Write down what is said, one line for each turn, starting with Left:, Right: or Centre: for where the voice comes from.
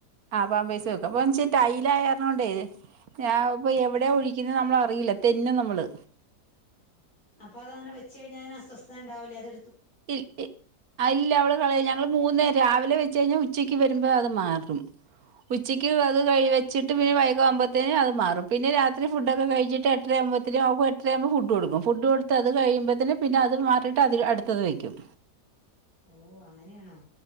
Right: ആഹ് പാമ്പേഴ്സ് വെക്കും, അപ്പൊന്തച്ച ടൈൽ ആയതോണ്ട് ഞാൻ ഇപ്പ എവിടെയാ ഒഴിക്കുന്നത് നമ്മള അറിയില്ല തെന്നും നമ്മള്
Left: അപ്പോ അതങ്ങനെ വെച്ച് കഴിഞ്ഞാ അയിന് അസ്വസ്ഥത ഉണ്ടാവില്ല അത
Right: ഇൽട്ടി അ ഇല്ല അവള് കളയ ഞങ്ങള് മൂന്നേരം രാവിലെ വെച്ച് കഴിഞ്ഞാൽ ഉച്ചക്ക് വരുമ്പോ അത് മാറും ഉച്ചയ്ക്ക് അത് വെച്ചിട്ട് പിന്ന വൈകി ആകുമ്പോഴേത്തിന് അത് മാറും പിന്നെ രാത്രി ഫുഡൊക്കെ കഴിച്ചിട്ട് എട്ടരയാവുമ്പോത്തിന് അവക്ക് എട്ടരയാവുമ്പോൾ ഫുഡ് കൊടുക്കും ഫുഡ് കൊടുത്ത് അത് കഴിയുമ്പത്തിന് പിന്നെ അത് മാറിയിട്ട് അടുത്ത ത്തത് വയ്ക്കും
Left: ഓ അങ്ങനെയാണോ